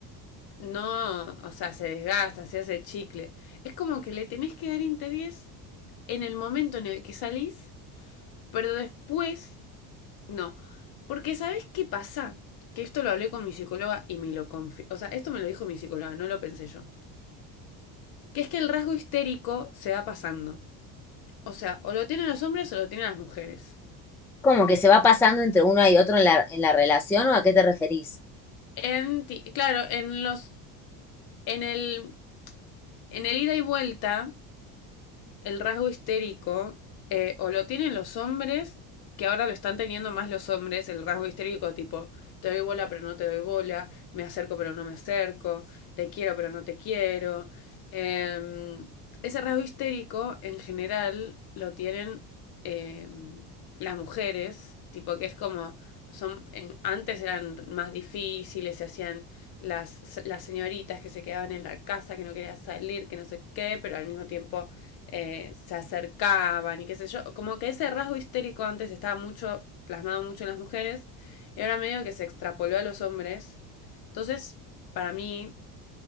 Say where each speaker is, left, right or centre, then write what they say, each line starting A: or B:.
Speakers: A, on the left; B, in the centre.
A: No, o sea, se desgasta, se hace chicle. Es como que le tenés que dar interés en el momento en el que salís, pero después no. Porque ¿sabés qué pasa? Que esto lo hablé con mi psicóloga y me lo confío O sea, esto me lo dijo mi psicóloga, no lo pensé yo. Que es que el rasgo histérico se va pasando. O sea, o lo tienen los hombres o lo tienen las mujeres.
B: Como que se va pasando entre uno y otro en la, en la relación, ¿o a qué te referís?
A: En ti- Claro, en los... En el... En el ida y vuelta el rasgo histérico eh, o lo tienen los hombres, que ahora lo están teniendo más los hombres, el rasgo histérico tipo, te doy bola pero no te doy bola, me acerco pero no me acerco, te quiero pero no te quiero. Eh, ese rasgo histérico en general lo tienen eh, las mujeres, tipo que es como, son, en- antes eran más difíciles, se hacían las, las señoritas que se quedaban en la casa, que no querían salir, que no sé qué, pero al mismo tiempo eh, se acercaban y qué sé yo. Como que ese rasgo histérico antes estaba mucho, plasmado mucho en las mujeres, y ahora medio que se extrapoló a los hombres. Entonces, para mí,